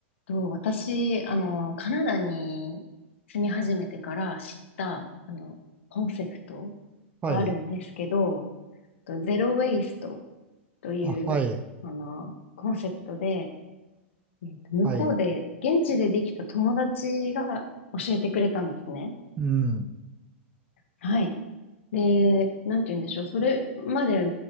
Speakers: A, on the left; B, on the right.
A: と、私、あの、カナダに住み始めてから知った、あの、コンセプト
B: はい。
A: があるんですけど、とゼロ・ウェイストという、
B: あ、はい。
A: あの、コンセプトで、えっと、向こうで、
B: はい。
A: 現地でできた友達が教えてくれたんですね。
B: うん。
A: はい。で、なんて言うんでしょう。それまで、